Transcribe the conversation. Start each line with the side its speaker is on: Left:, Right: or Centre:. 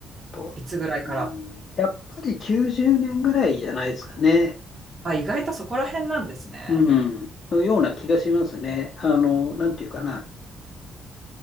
Left: と。
Right: いつぐらいから
Left: うんやっぱり90年ぐらいじゃないですかね。
Right: あ、意外とそこら辺なんですね。
Left: うん。のような気がしますね。あの、なんていうかな。